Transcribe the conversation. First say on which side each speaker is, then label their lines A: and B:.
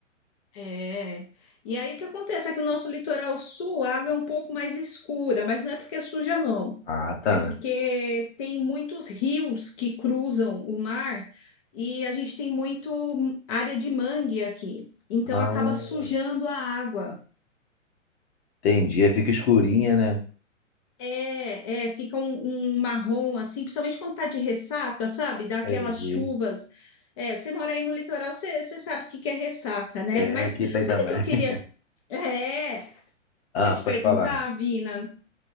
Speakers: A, on the left; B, on the left.
A: É. E aí o que acontece é que o nosso litoral sul, a água é um pouco mais escura, mas não é porque é suja, não.
B: Ah, tá.
A: É porque tem muitos rios que cruzam o mar e a gente tem muito área de mangue aqui. Então
B: Ah,
A: acaba sujando a água.
B: entendi, aí fica escurinha, né?
A: É, é, fica um, um marrom assim, principalmente quando tá de ressaca, sabe? Dá aquelas
B: Entendi.
A: chuvas. É, você mora aí no litoral, você, você sabe o que que é ressaca,
B: Sei,
A: né? Mas
B: aqui tem
A: sabe
B: também.
A: o que eu queria?
B: <laughs>
A: É,
B: Ah,
A: queria te
B: pode
A: perguntar,
B: falar.
A: Vina,